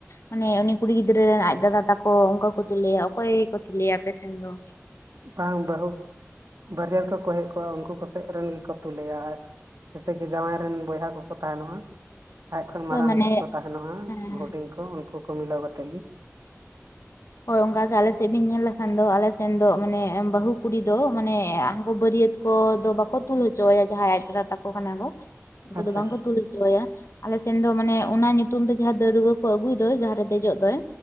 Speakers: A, on the left; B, on the right.
A: ᱢᱟᱱᱮ ᱩᱱᱤ ᱠᱩᱲᱤ ᱜᱤᱫᱽᱨᱟᱹ ᱟᱡ ᱫᱟᱫᱟ ᱛᱟᱠᱚ ᱚᱱᱠᱟ ᱠᱚ ᱛᱩᱞᱮᱭᱟ ᱚᱠᱚᱭ ᱠᱚ ᱛᱩᱞᱮᱭᱟ ᱟᱯᱮ ᱥᱮᱱ ᱫᱚ?
B: ᱵᱟᱝ ᱵᱟᱹᱦᱩ ᱵᱟᱹᱨᱭᱟᱹᱛ ᱠᱚᱠᱚ ᱦᱮᱡ ᱠᱚᱜᱼᱟ ᱩᱱᱠᱩ ᱠᱚᱥᱮᱫ ᱨᱮᱱ ᱜᱮᱠᱚ ᱛᱩᱞᱟᱹᱭᱟ ᱟᱡ᱾ ᱡᱮᱭᱥᱮ ᱠᱤ ᱡᱟᱶᱟᱭ ᱨᱮᱱ ᱵᱚᱭᱦᱟ ᱠᱚᱠᱚ ᱛᱟᱦᱮᱱ ᱟ ᱟᱡ ᱠᱷᱚᱡ
A: ᱦᱳᱭ
B: ᱢᱟᱨᱟᱝ
A: ᱢᱟᱱᱮ
B: ᱠᱚ ᱛᱟᱦᱮᱱᱼᱟ
A: ᱦᱮᱸ ᱦᱮᱸ
B: ᱦᱩᱰᱤᱝ ᱠᱚ ᱩᱱᱠᱩ ᱠᱚ ᱢᱤᱞᱟᱹᱣ ᱠᱟᱛᱮᱫ ᱜᱮ᱾
A: ᱦᱳᱭ ᱚᱱᱠᱟᱜᱮ ᱟᱞᱮ ᱥᱮᱫ ᱵᱮᱱ ᱧᱮᱞ ᱞᱮᱠᱷᱟᱱ ᱫᱚ ᱟᱞᱮ ᱥᱮᱱ ᱫᱚ ᱢᱟᱱᱮ ᱵᱟᱹᱦᱩ ᱠᱩᱲᱤ ᱫᱚ ᱢᱟᱱᱮ ᱦᱟᱝᱠᱩ ᱵᱟᱹᱨᱭᱟᱹᱛ ᱩᱱ ᱠᱚ ᱫᱚ ᱵᱟᱠᱚ ᱛᱩᱞ ᱦᱚᱪᱚ ᱟᱭᱟ ᱡᱟᱦᱟᱸᱭ ᱟᱡ ᱫᱟᱫᱟ ᱛᱟᱠᱚ ᱠᱟᱱᱟ ᱠᱚ ᱩᱱᱠᱩ
B: ᱟᱪᱪᱷᱟ
A: ᱫᱚ ᱵᱟᱝᱠᱚ ᱛᱩᱞ ᱦᱚᱪᱚ ᱟᱭᱟ᱾ ᱟᱞᱮᱥᱮᱱ ᱫᱚ ᱢᱟᱱᱮ ᱚᱱᱟ ᱧᱩᱛᱩᱢ ᱛᱮ ᱡᱟᱦᱟᱸ ᱫᱟᱹᱲᱣᱟᱹ ᱠᱚ ᱟᱹᱜᱩᱭ ᱫᱚ ᱡᱟᱦᱟᱸ ᱨᱮ ᱫᱮᱡᱚᱜ ᱫᱚᱭ